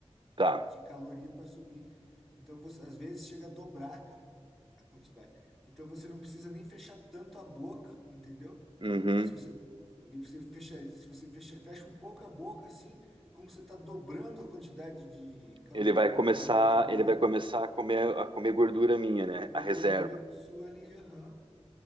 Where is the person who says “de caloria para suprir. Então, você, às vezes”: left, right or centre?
Centre